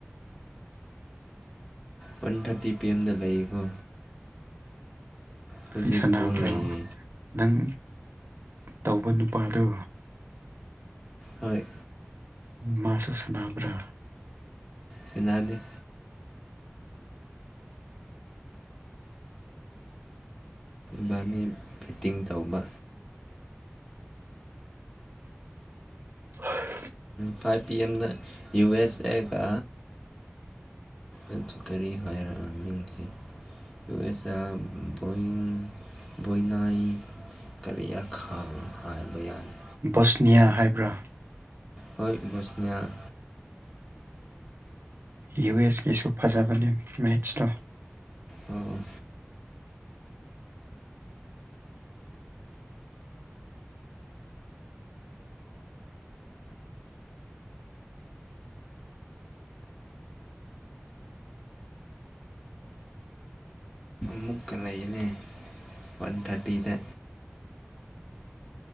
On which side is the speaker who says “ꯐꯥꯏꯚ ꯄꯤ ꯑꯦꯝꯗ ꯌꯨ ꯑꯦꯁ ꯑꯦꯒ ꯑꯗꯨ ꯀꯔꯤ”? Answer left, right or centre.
Left